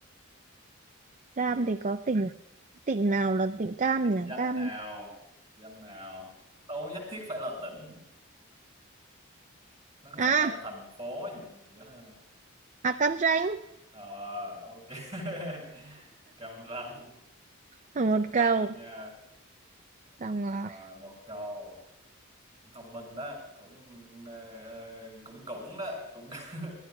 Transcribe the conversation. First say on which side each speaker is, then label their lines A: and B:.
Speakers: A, on the right (about 35°); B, on the right (about 20°).
A: Cam
B: thì biết,
A: thì có tỉnh tỉnh nào là tỉnh cam
B: biết
A: nhỉ?
B: danh
A: Cam
B: nào danh nào đâu có nhất thiết phải là tỉnh nó có
A: à,
B: thể là thành phố gì, gì đó ha.
A: à cam chanh
B: ờ ok <laughs> cam ranh
A: ở một
B: cam
A: cầu.
B: ranh nha
A: Xong rồi.
B: Rồi, một câu cũng thông minh đó cũng ờ, ờ, cũng cũng đó cũng <laughs>